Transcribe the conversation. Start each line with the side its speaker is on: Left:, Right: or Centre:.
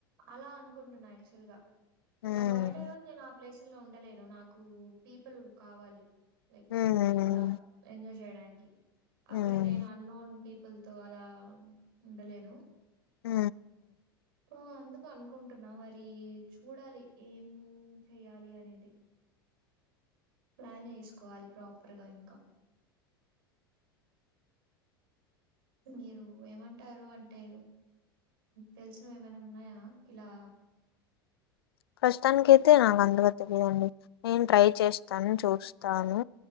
Right: అలా అనుకుంటున్నా యాక్చువల్గా
Left: ఉమ్
Right: నా బర్త్డే రోజు నేను ఆ ప్లేస్ లో ఉండలేను నాకు పీపుల్ కావాలి లైక్
Left: ఉమ్
Right: అలా ఎంజాయ్ చేయడానికి అక్కడ
Left: ఉమ్
Right: నేను అన్నోన్ పీపుల్ తో అలా ఉండలేను
Left: ఊ
Right: ఓహో అందుకు అనుకుంటున్నా మరి చూడాలి ఏం చెయ్యాలి అనేది ప్లాన్ చేసుకోవాలి ప్రాపర్గా ఇంకా మీరు ఏమంటారు అంటే తెలిసినవి ఏమైనా ఉన్నాయా ఇలా
Left: ప్రస్తుతానికైతే అయితే నాకు అందగా తెలిదండి నేను ట్రై చేస్తాను చూస్తాను